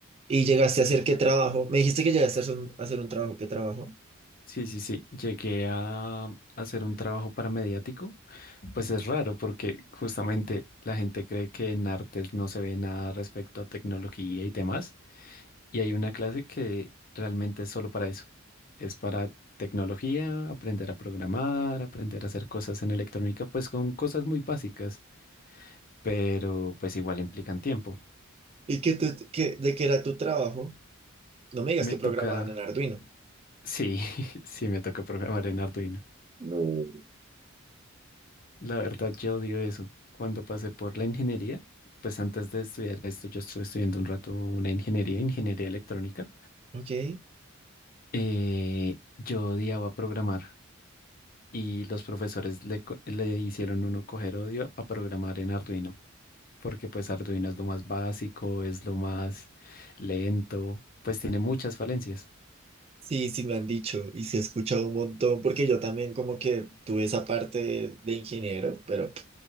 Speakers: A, on the right; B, on the left.
A: ¿Y llegaste a hacer qué trabajo? Me dijiste que llegaste a hacer un, a hacer un trabajo. ¿Qué trabajo?
B: Sí, sí, sí. Llegué a hacer un trabajo paramediático. Pues es raro porque justamente la gente cree que en artes no se ve nada respecto a tecnología y demás. Y hay una clase que realmente es solo para eso. Es para tecnología, aprender a programar, aprender a hacer cosas en electrónica, pues con cosas muy básicas, pero pues igual implican tiempo.
A: ¿Y qué te- qué- de qué era tu trabajo? No me digas
B: Me
A: que
B: toca,
A: programaban en Arduino.
B: sí, <laughs> sí me toca programar en Arduino.
A: No.
B: La verdad, yo odio eso. Cuando pasé por la ingeniería, pues antes de estudiar esto, yo estuve estudiando un rato una ingeniería, ingeniería electrónica.
A: Ok.
B: eh, yo odiaba programar y los profesores le, co- le hicieron uno coger odio a programar en Arduino, porque pues Arduino es lo más básico, es lo más lento, pues tiene muchas falencias.
A: Sí, sí me han dicho y se ha escuchado un montón porque yo también como que tuve esa parte de ingeniero, pero